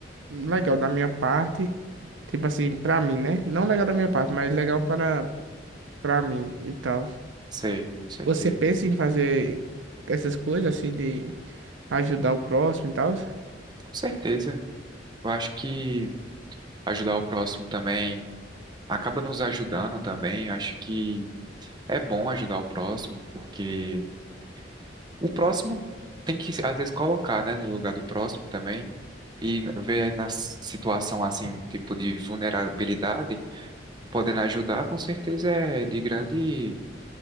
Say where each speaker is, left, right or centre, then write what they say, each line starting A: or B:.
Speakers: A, on the right; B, on the right.
A: legal da minha parte, tipo assim, pra mim, né? Não legal da minha parte, mas legal para para mim e tal.
B: Sei, com certeza.
A: Você pensa em fazer essas coisas assim de ajudar o próximo e tal?
B: Com certeza. Eu acho que ajudar o próximo também acaba nos ajudando também. Eu acho que é bom ajudar o próximo, porque o próximo tem que, às vezes, colocar, né, no lugar do próximo também. E ver na situação assim, tipo de vulnerabilidade, podendo ajudar, com certeza é de grande